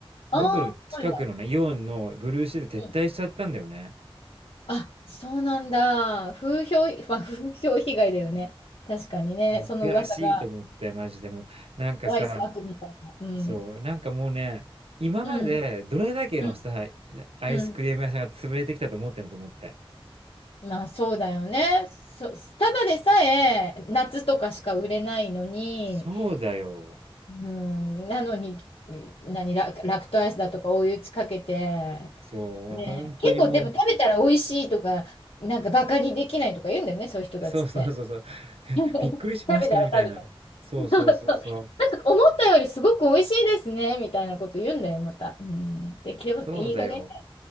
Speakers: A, on the left (about 70°); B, on the right (about 80°).
A: ああー、
B: 僕の近くのね、
A: はいは
B: イオンのブルーシール撤退しちゃったんだよね。
A: い。うんあ、そうなんだ。風評、<laughs> まあ、風評被害だよね。確かにね。
B: もう悔しいと思って、
A: その噂が、
B: マジでもう、なんかさ、
A: ワイス悪みたいな。うん。
B: そう、なんかもうね、今までどれだけのさ、
A: うん。うん。
B: アイスクリーム屋さんが潰れてきたと思ってんのと思って。
A: うん。まあそうだよね。そ、ただでさえ夏とかしか売れないのに、
B: そうだよ。
A: うん、なのに、何、ラ、ラクトアイスだとか追い打ちかけて、
B: そう、
A: ね、
B: 本当にもう、
A: 結構でも食べたら美味しいとか、なんかバカにできないとか言うんだよね、そういう人たちって。
B: そうそうそうそう、<laughs>
A: <laughs> 食
B: びっくりしましたみたいな。
A: べたら食べたら。
B: そうそうそうそう。
A: そうそう思ったよりすごく美味しいですね、みたいなこと言うんだよ、また。うん。で、きょ、
B: そうだよ。
A: いい加減ね。